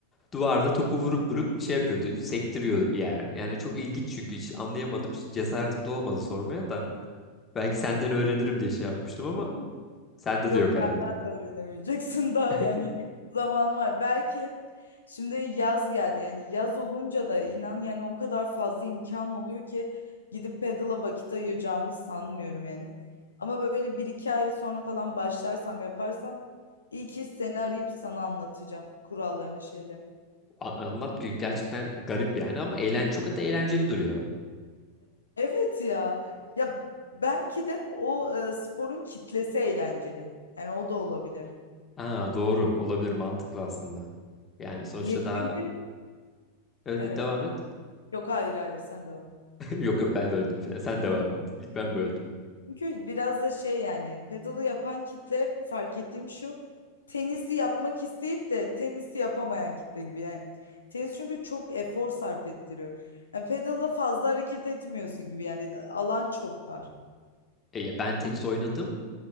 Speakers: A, on the left; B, on the left.
A: duvarda topu vurup vurup şey yapıyordu, sektiriyordu bir yer. Yani çok ilginç çünkü hiç anlayamadım. Hiç cesaretim de olmadı sormaya da. Belki senden öğrenirim diye şey yapmıştım ama sende
B: Yok
A: de yok herhalde.
B: benden de öğrenemeyeceksin <laughs> daha
A: <laughs>
B: yani zamanı var. Belki şimdi yaz geldi yani yaz olunca da inan yani o kadar fazla imkan oluyor ki gidip pedala vakit ayıracağımı sanmıyorum yani. Ama böyle bir iki ay sonra falan başlarsam yaparsam iyi ki seni arayıp sana anlatacağım kurallarını şeylerini.
A: A- Anlat ki gerçekten garip yani ama eğlen çok da eğlenceli duruyor.
B: Evet ya ya belki de o e, sporun kitlesi eğlenceli yani o da olabilir.
A: Aa doğru olabilir mantıklı aslında. Yani sonuçta
B: Niye?
A: daha
B: Çünkü
A: evet
B: evet
A: devam et.
B: yok hayır hayır sen devam.
A: <laughs> Yok yok ben böldüm filan. Sen devam et. İlk ben böldüm.
B: Çünkü biraz da şey yani pedalı yapan kitle fark ettiğim şu tenisi yapmak isteyip de tenisi yapamayan kitle gibi yani. Tenis çünkü çok efor sarf ettiriyor. Yani pedalda fazla hareket etmiyorsun gibi yani alan çok dar.
A: E, ya ben tenis oynadım.